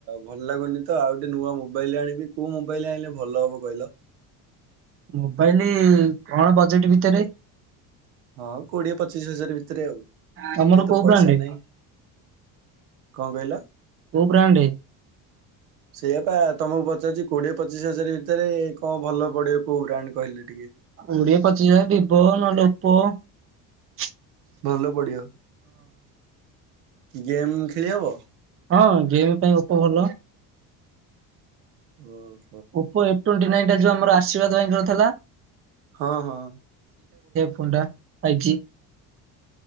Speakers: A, on the right; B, on the right.
A: ଭଲ ଲାଗୁନି ତ ଆଉ ଗୋଟେ ନୂଆ ମୋବାଇଲ ଆଣିବି କୋଉ ମୋବାଇଲ ଆଣିଲେ ଭଲ ହବ କହିଲ?
B: ମୋବାଇଲ କଣ ବଜେଟ ଭିତରେ?
A: ହଁ କୋଡିଏ ପଚିଶ ହଜାର ଭିତରେ ଆଉ।
B: ତମର
A: ଏତେ
B: କୋଉ
A: ତ ପଇସା
B: ବ୍ରାଣ୍ଡେ
A: ନାହିଁ କଣ କହିଲ?
B: କୋଉ ବ୍ରାଣ୍ଡେ?
A: ସେଇୟାପା ତମକୁ ପଚାରୁଛି କୋଡିଏ ପଚିଶ ହଜାର ଭିତରେ କଣ ଭଲ ପଡିବ କୋଉ ବ୍ରାଣ୍ଡେ କହିଲ?
B: କୋଡ଼ିଏ ପଚିସି ଦି <unintelligible>
A: ଭଲ ପଡିବ ଗେମ୍ ଖେଳି ହବ?
B: ହଁ ଗେମ୍ ପାଇଁ ଅପୋ ଭଲ।
A: ହଁ।
B: ଓପୋ ଏଫ ଟ୍ୱଣ୍ଟି ନାଇନ୍ ଏଇଟା ଯୋଉ ଆମର ଆଶୀର୍ବାଦ ଭାଇଙ୍କର ଥିଲା।
A: ହଁ ହଁ।
B: ଫୋନ୍ ଟା ଫାଇପ୍ ଜି।